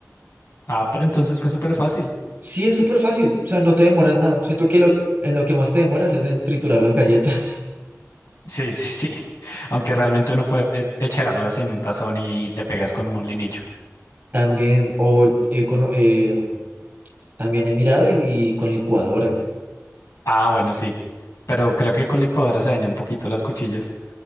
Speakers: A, on the left; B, on the right.
A: Ah, pero entonces fue súper fácil.
B: Sí, es súper fácil, o sea, no te demoras nada. Siento que lo, en lo que más te demoras es en triturar las galletas
A: Sí, sí, sí. <laughs> Aunque realmente uno puede echarlas en un tazón y le pegas con un molinillo.
B: <laughs> también, o he cono- eh, también he mirado y, y con licuadora.
A: Ah, bueno, sí. Pero creo que con licuadora se daña un poquito las cuchillas.